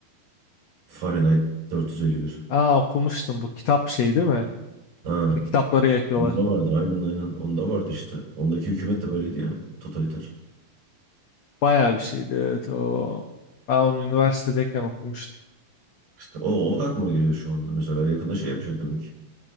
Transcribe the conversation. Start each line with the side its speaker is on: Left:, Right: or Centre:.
Right: Fahrenheit 451.
Left: Aa, okumuştum bu kitap şey değil mi?
Right: Ha,
Left: Hani kitapları yakıyorlar.
Right: bunda vardı aynen aynen. Onda vardı işte. Ondaki hükümet de böyleydi ya. Totaliter.
Left: Bayağı bir şeydi evet o. Ben onu üniversitedeyken okumuştum.
Right: İşte o, o da aklıma geliyor şu anda. Mesela yakında şey yapacak demek ki.